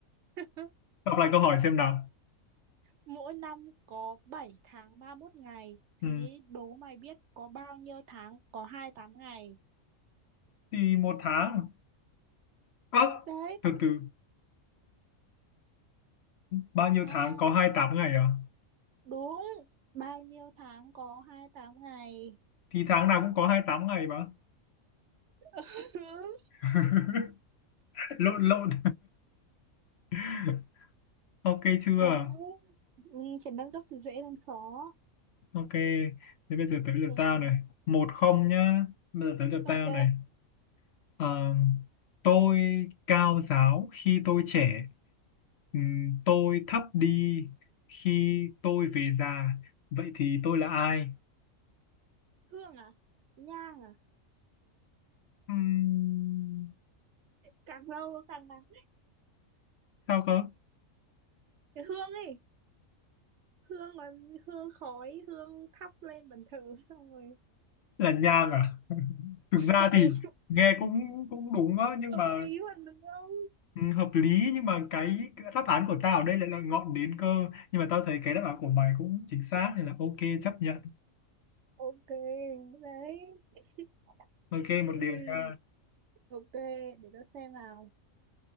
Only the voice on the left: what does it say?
Đọc lại câu hỏi xem nào.
Ừ.
Thì một tháng. Ơ,
từ từ. Bao nhiêu
tháng có 28 ngày à?
thì tháng nào cũng có 28 ngày mà
<laughs> lộn lộn <laughs> ok chưa
ok thế bây giờ tới lượt
tao này một không nhá bây giờ tới lượt
tao này Ờ, tôi cao giáo khi tôi trẻ Ừm, tôi thấp đi khi tôi về già vậy thì tôi là ai
Ừm,
sao cơ
là nhang à <laughs> thực ra
thì nghe cũng cũng đúng á nhưng
mà
Ừ, hợp lý nhưng mà cái đáp án của tao ở đây lại là ngọn đến cơ nhưng mà tao thấy cái đáp án của mày cũng chính xác nên là ok chấp nhận
ok một
điều nha